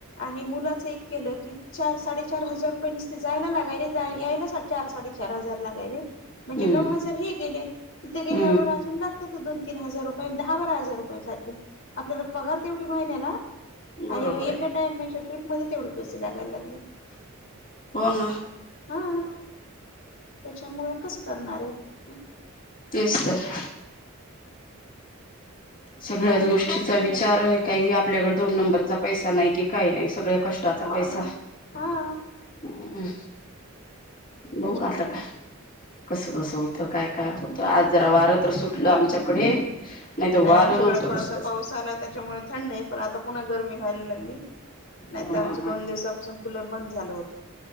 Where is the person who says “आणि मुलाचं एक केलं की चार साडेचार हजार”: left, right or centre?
Left